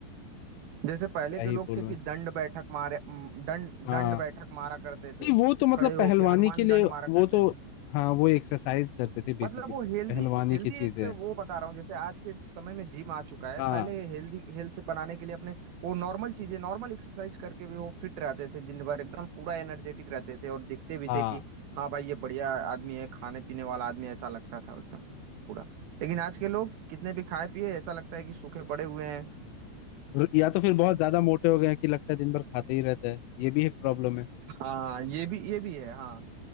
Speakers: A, on the right; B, on the left.
A: जैसे पहले
B: क्या
A: के
B: ही
A: लोग
B: बोलूं
A: थे कि दंड बैठक मारे दंड
B: हाँ
A: दंड बैठक मारा करते थे
B: नहीं वो तो मतलब
A: खड़े होके
B: पहलवानी
A: हनुमान
B: के लिए
A: दंड मारा
B: वो
A: करते
B: तो
A: थे
B: हाँ वो एक्सरसाइज करते थे बेसिकली
A: मतलब वो हेल्दी
B: पहलवानी
A: हेल्दी
B: की चीजें
A: एक
B: हैं
A: वो बता रहा हूँ जैसे आज के समय में जिम आ चुका है
B: हाँ
A: पहले हेल्दी हेल्थ बनाने के लिए अपने वो नॉर्मल चीजें नॉर्मल एक्सरसाइज करके भी वो फिट रहते थे दिन भर एकदम पूरा एनर्जेटिक रहते थे और दिखते भी
B: हाँ
A: थे कि हाँ भाई ये बढ़िया आदमी है खाने पीने वाला आदमी है, ऐसा लगता था एकदम पूरा लेकिन आज के लोग कितने भी खाए पिए ऐसा लगता है कि सूखे पड़े हुए हैं
B: और या तो फिर बहुत ज्यादा मोटे हो गए हैं कि लगता है दिन भर खाते ही रहता है ये भी एक प्रॉब्लम है
A: हाँ ये भी ये भी है हाँ